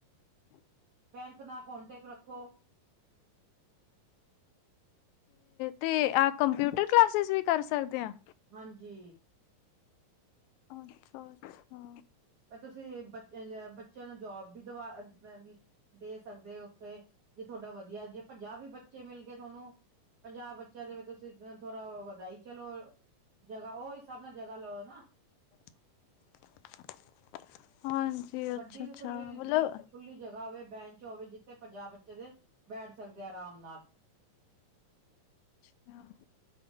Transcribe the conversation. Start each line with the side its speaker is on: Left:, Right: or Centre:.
Left: ਹ <inaudible>
Right: ਬੈਂਕ ਨਾਲ ਕੋਂਟੈਕਟ ਰੱਖੋ।
Left: ਤੇ ਆਹ ਕੰਪਿਊਟਰ ਕਲਾਸਿਸ ਵੀ ਕਰ ਸਕਦੇ ਹਾਂ।
Right: ਹਾਂਜੀ।
Left: ਅੱਛਾ ਅੱਛਾ
Right: ਤੁਸੀਂ ਬੱਚੇ-ਬੱਚਿਆਂ ਨੂੰ, ਜੋਬ ਵੀ ਦਵਾ ਦੇ ਸਕਦੇ ਉੱਥੇ। ਜੇ ਤੁਹਾਡਾ ਵਧੀਆ ਜੇ, ਪੰਜਾਹ ਵੀ ਬੱਚੇ ਮਿਲ ਗਏ ਥੋਨੁ ਪੰਜਾ ਬੱਚਿਆਂ ਦੇ ਵੀ, ਤੁਸੀਂ ਥੋਰਾ ਉਹ ਵਧਾਈ ਚਲੋ ਜਗ੍ਹਾ। ''ਉਹ ਹਿਸਾਬ ਨਾਲ ਜਗ੍ਹਾ ਲਓ ਨਾ।
Left: <inaudible> ਹਾਂਜੀ
Right: ਵੱਡੀ
Left: ਅੱਛਾ-ਅੱਛਾ
Right: ਖੁੱਲੀ,
Left: ਮਤਲਬ
Right: ਜੁਲ--ਖੁੱਲੀ ਜਗ੍ਹਾ ਹੋਵੇ। ਬੈਂਚ ਹੋਵੇ ਜਿੱਥੇ ਪੰਜਾ ਬੱਚੇ ਦੇ ਬੈਠ ਸਕਦੇ, ਅਰਾਮ ਨਾਲ।
Left: ਅੱਛਾ।